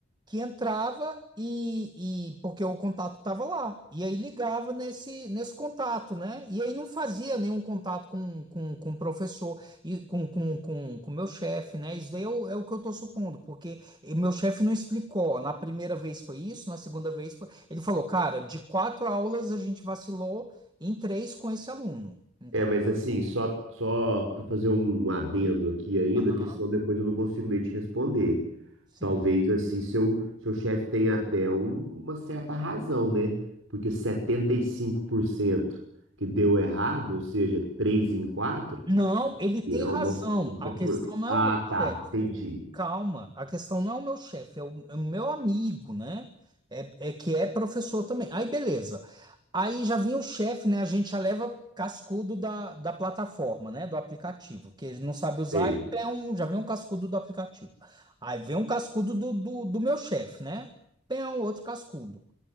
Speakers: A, on the right; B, on the right.
A: que entrava e, e- porque o contato estava lá. E aí ligava nesse, nesse contato, né? E aí não fazia nenhum contato com, com, com o professor e com, com, com, com o meu chefe, né? Isso daí é o, é o que eu estou supondo, porque e meu chefe não explicou. Na primeira vez foi isso, na segunda vez foi. Ele falou, cara, de quatro aulas a gente vacilou em três com esse aluno. Entendeu?
B: É, mas assim, só, só para fazer um adendo aqui ainda,
A: Aham.
B: que senão depois eu não consigo nem te responder.
A: Sim.
B: Talvez assim seu, seu chefe tenha até um- uma certa razão, né? Porque 75% que deu errado, ou seja, 3 em 4,
A: Não, ele tem
B: é
A: razão.
B: uma uma propor...
A: A questão não
B: Ah,
A: é o meu chefe.
B: tá, entendi.
A: Calma, a questão não é o meu chefe, é o, é o meu amigo, né? É, é que é professor também. Aí, beleza. Aí já vem o chefe, né? A gente já leva cascudo da, da plataforma, né? Do aplicativo, que ele não sabe usar,
B: Sei,
A: é um, já vem um cascudo do aplicativo. Aí vem um cascudo do, do, do meu chefe, né? Tem um outro cascudo.